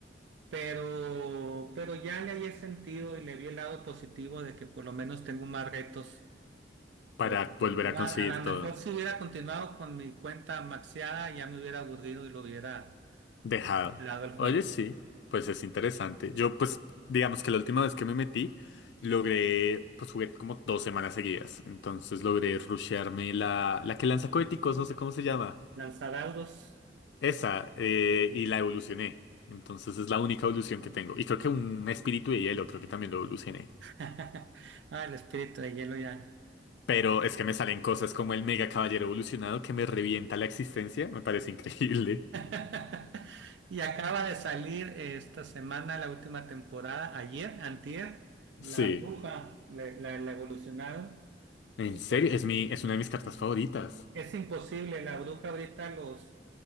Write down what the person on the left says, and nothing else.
Para
volver
a conseguir
todo.
Dejado.
Oye, sí, pues es interesante. Yo, pues, digamos que la última vez que me metí, logré, pues jugué como dos semanas seguidas. Entonces logré rushearme la, la que lanza coheticos, no sé cómo se llama.
Esa, eh, y la evolucioné. Entonces es la única evolución que tengo. Y creo que un espíritu de hielo, creo que también lo evolucioné.
Pero es que me salen cosas como el mega caballero evolucionado que me revienta la existencia. Me parece increíble.
Sí.
En
serio, es mi, es una de mis cartas favoritas.